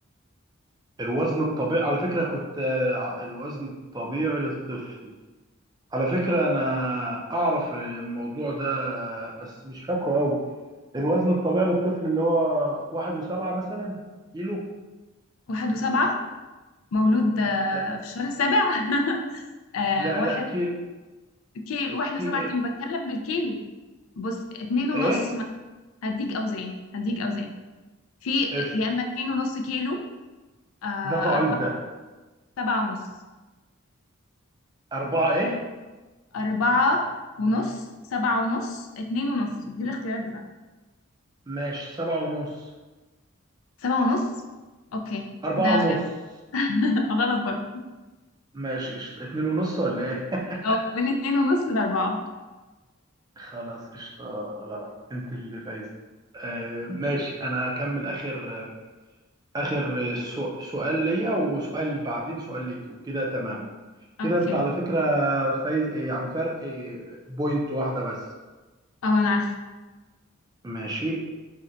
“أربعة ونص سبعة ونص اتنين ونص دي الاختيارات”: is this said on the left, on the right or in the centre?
Left